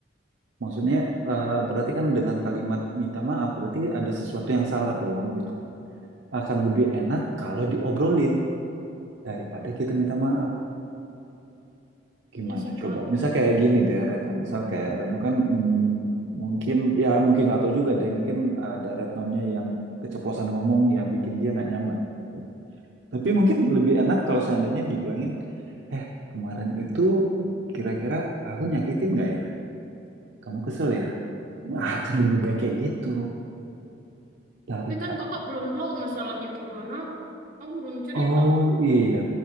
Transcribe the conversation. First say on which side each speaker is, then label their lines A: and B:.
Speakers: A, on the right; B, on the right.
A: Maksudnya eh, berarti kan dengan kalimat minta maaf berarti ada sesuatu yang salah dong gitu. akan lebih enak kalau diobrolin daripada kita minta maaf. Gimana
B: ya sih
A: coba?
B: kak,
A: Misal kayak gini deh Retno, misal kayak Retno kan mm, mungkin ya mungkin nggak tahu juga deh, mungkin ada Retnonya yang keceplosan ngomong yang bikin dia nggak nyaman gitu. Tapi mungkin lebih enak kalau seandainya dibilangin, eh kemarin itu kira-kira aku nyakitin nggak ya? Kamu kesel ya? Nah, Akan lebih baik kayak gitu daripada
B: Tapi kan kakak belum tahu masalahnya gimana. Aku belum cerita
A: Oh
B: kok.
A: iya,